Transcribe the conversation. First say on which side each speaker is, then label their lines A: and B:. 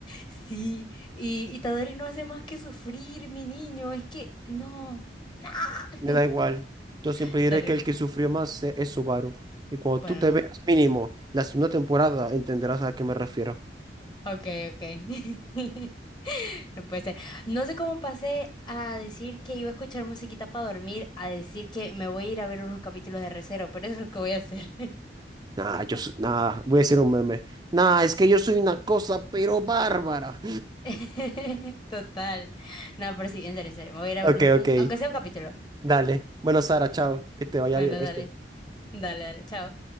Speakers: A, on the left; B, on the right.
A: Sí, y, y Tadori no hace más que sufrir, mi niño, es que, no. <laughs>
B: Me da igual. Yo siempre diré
A: Terrible.
B: que el que sufrió más e- es Subaru. Y cuando
A: Bueno,
B: tú te veas mínimo la segunda temporada, entenderás a qué me refiero.
A: no. Okay, okay. <laughs> No puede ser. No sé cómo pasé a decir que iba a escuchar musiquita para dormir, a decir que me voy a ir a ver unos capítulos de Recero, pero eso es lo que voy a hacer.
B: Nah, yo soy- nah, voy a hacer un meme. Nah, es que yo soy una cosa, pero bárbara.
A: <laughs> Total. No, pero sí, en serio, en serio. Me voy a ir a
B: Ok,
A: ver unos- un-
B: ok.
A: aunque sea un capítulo.
B: Dale. Bueno, Sara, chao. Que te vaya
A: Bueno,
B: bien, ¿viste?
A: dale, dale, dale, chao.